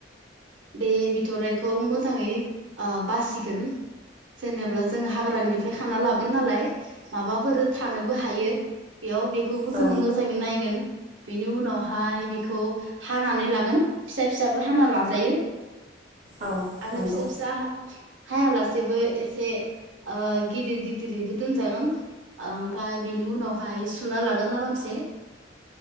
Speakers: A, on the right; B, on the right.
A: बे बिथ'राइखौ मोजाङैओ बासिगोन। जेनेबा जों हाग्रानिफ्राय खाना लागोन नालाय माबाफोर थानोबो हायो। बेयाव बेखौबो
B: औ
A: जोङो मोजाङै नाय बेनि उनावहाय बेखौ हानानै लागोन फिसा फिसाबो हाना लाजायो
B: औ
A: आरो
B: नंगौ
A: फिसा फिसा हा हायालासे बो एसे ओ गिदिर गिदिरैबो दोनजागोन। ओमफ्राय बिनि उनावहाय सुना लागोन आरामसे